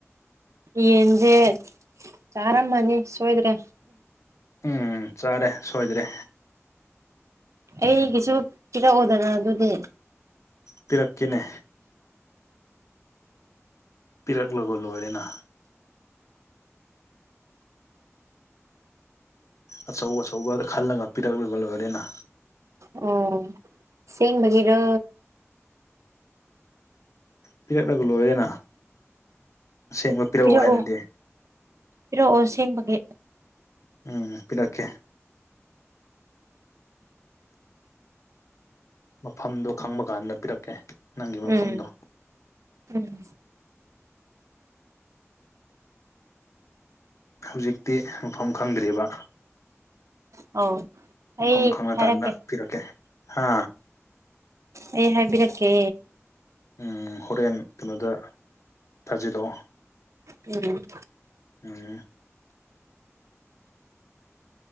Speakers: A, on the right; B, on the left.
A: ꯌꯦꯟꯖꯦ ꯆꯥꯔꯝꯃꯅꯤ ꯁꯣꯏꯗ꯭ꯔꯦ
B: ꯎꯝ ꯆꯥꯔꯦ ꯁꯣꯏꯗ꯭ꯔꯦ
A: ꯑꯩꯒꯤꯁꯨ ꯄꯤꯔꯛꯑꯣꯗꯅ ꯑꯗꯨꯗꯤ
B: ꯄꯤꯔꯛꯀꯦꯅꯦ ꯄꯤꯔꯛꯂꯒ ꯂꯣꯏꯔꯦꯅ ꯑꯆꯧ ꯑꯆꯧꯕ ꯈꯜꯂꯒ ꯄꯤꯔꯛꯂꯒ ꯂꯣꯏꯔꯦꯅ
A: ꯑꯣ ꯑꯁꯦꯡꯕꯒꯤꯔꯣ
B: ꯄꯤꯔꯛꯂꯒ ꯂꯣꯏꯔꯦꯅ ꯑꯁꯦꯡꯕ ꯄꯤꯔꯛꯎ
A: ꯄꯤꯔꯛꯑꯣ
B: ꯍꯥꯏꯔꯗꯤ
A: ꯄꯤꯔꯛꯑꯣ ꯑꯁꯦꯡꯕꯒꯤ
B: ꯎꯝ ꯄꯤꯔꯛꯀꯦ ꯃꯐꯝꯗꯣ ꯈꯪꯕ ꯀꯥꯟꯗ ꯄꯤꯔꯛꯀꯦ ꯅꯪꯒꯤ ꯃꯐꯝꯗꯣ
A: ꯎꯝ ꯎꯝ
B: ꯍꯧꯖꯤꯛꯇꯤ ꯃꯐꯝ ꯈꯪꯗ꯭ꯔꯤꯕ
A: ꯑꯧ
B: ꯃꯐꯝ
A: ꯑꯩ
B: ꯈꯪꯔꯀꯥꯟꯗ
A: ꯍꯥꯏꯔꯛꯀꯦ
B: ꯄꯤꯔꯛꯀꯦ ꯍꯥ
A: ꯑꯩ ꯍꯥꯏꯕꯤꯔꯛꯀꯦ
B: ꯎꯝ ꯍꯣꯔꯦꯟ ꯀꯩꯅꯣꯗ ꯊꯥꯖꯤꯜꯂꯛꯑꯣ
A: ꯎꯝ
B: ꯎꯝ